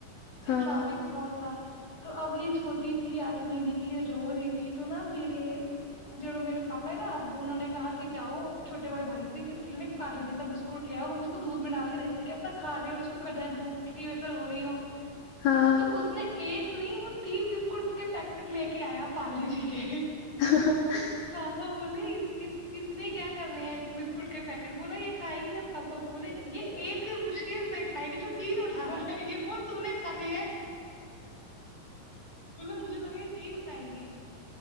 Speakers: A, on the left (about 25°); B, on the left (about 75°).
A: ک
B: ہاں
A: ٹرافک بہت تھا تو اب یہ چھوٹی تھی آٹھ مہینے کی یہ رو رہی تھی تو نہا میرے جو میرے پاپا ہے نا ابو انہوں نے کہا کہ جاؤ چھٹے والے بھائی سے کہ اسس لیے نے پالوی کا بسکٹ لیا ہم اس کو دودھ میں ڈال کے دیتے ہیں کہ اپنا کا لے اور چھپ کر جائے بوک کی ویسے رو رہی ہو
B: ہاں
A: تو اس نے ایک نہیں بول تین بسکٹ کے پیکٹ لے کے آیا پالے جی کے
B: <unintelligible>
A: پاپا بولے اتنے گیس کرنے بسکٹ کے پیکٹ بولا یہ کھائے گی نہ پاپا پاپو بولے یہ ایک مشکل سے کھائے گی تو تین اٹھالا یہ ب تیں کھانے ہے بلا مجھے لگے گا تیین کھائے گی